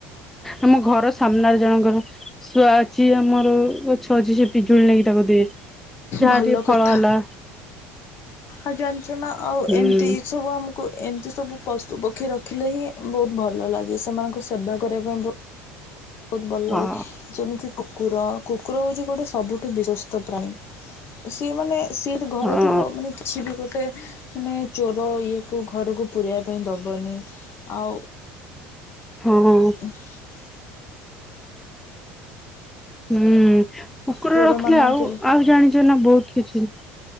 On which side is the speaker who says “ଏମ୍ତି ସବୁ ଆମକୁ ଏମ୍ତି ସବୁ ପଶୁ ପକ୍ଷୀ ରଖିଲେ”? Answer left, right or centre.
Left